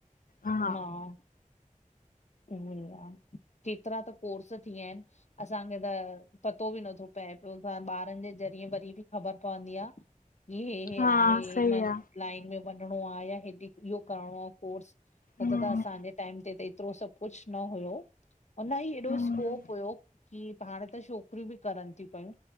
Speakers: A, on the left (about 85°); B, on the left (about 55°).
A: हा
B: मां उहोई आ। केतिरा त कोर्स थी विया आहिनि। असांखे त पतो बि नथो पए पियो, पाण ॿारुनि जे ज़रिए वरी बि ख़बर पवंदी आहे। की हे-हे
A: हा
B: आहे,
A: सही
B: हिनन
A: आ
B: लाइन में वञणो आहे, या हेॾे इहो करणो आहे कोर्स, न
A: हम्म
B: त-त असांजे टाइम ते हिते एतिरो सभु कुछु न हुयो, आऊं न ही एॾो
A: हम्म
B: स्कोप हुयो की हाणे त छोकिरियूं बि करनि थियूं पयूं।